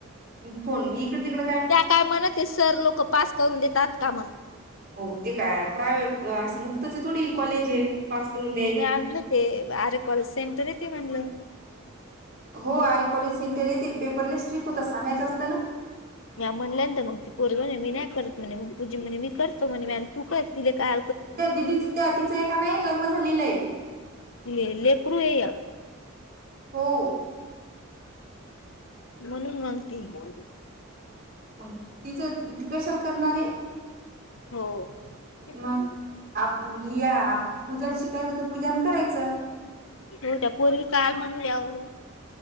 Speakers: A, on the right; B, on the left.
A: फोन इकडं तिकडं-
B: त्या काय म्हणते, सर लोक पास करून देतात का म्हणं.
A: हो ते काय प्रायवे मुक्तचं थोडी कॉलेज आहे. पास करून द्यायले
B: मी नाही आणलं ते आरे कॉलेज सेंटर आहे ते म्हणलं.
A: हो आरे कॉलेज सेंटरे आहे ते पेपर लय स्ट्रिक होता सांगायचं असतं ना.
B: म्या म्हणल्यांत मग ती पोरीणे मी नाही करत म्हणे म पूजी म्हणे मी करतो म्हणे म तू कर ति का
A: त्या दिदीचं त्या तिचयं की नाय लग्न झालेलंय.
B: ते लेकरू ये
A: हो.
B: म्हणून म्हणतीये
A: मंग तिचं ती कशाला करणारए?
B: हो. हो
A: मग आप मी या पूजाला शिकायचं तर पूजान करायचं.
B: हो त्या पोरील काल म्हणू <unintelligible>